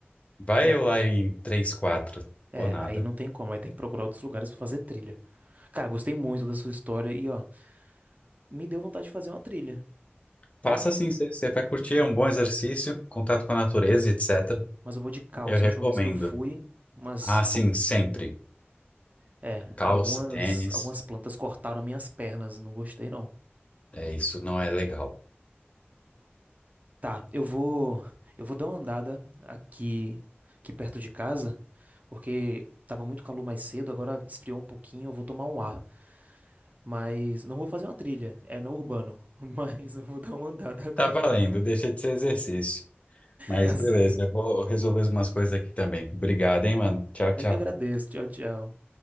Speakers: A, on the left (about 30°); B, on the right (about 40°).
A: vai
B: É,
A: eu lá em 3 4
B: é,
A: ou nada.
B: aí não tem como. Aí tem que procurar outros lugares pra fazer trilha. Cara, gostei muito da sua história e, ó, me deu vontade de fazer uma trilha, tá?
A: Faça assim, você vai curtir, é um bom exercício, contato com a natureza, etc.
B: Mas eu vou de calça.
A: Eu recomendo.
B: A última vez que eu fui, mas,
A: Ah, sim,
B: algu-
A: sempre.
B: é,
A: Calça,
B: algumas,
A: tênis.
B: algumas plantas cortaram minhas pernas. Não gostei, não.
A: É, isso não é legal.
B: Tá, eu vou, eu vou dar uma andada aqui, aqui perto de casa, porque tava muito calor mais cedo, agora esfriou um pouquinho, eu vou tomar um ar. Mas não vou fazer uma trilha, é no urbano. <laughs> Mas eu vou dar uma andada agora.
A: Tá valendo, deixa de ser exercício. Mas
B: Tá
A: beleza,
B: certo.
A: eu vou resolver umas coisas aqui também. Obrigado, hein, mano. Tchau, tchau.
B: Eu que agradeço. Tchau, tchau.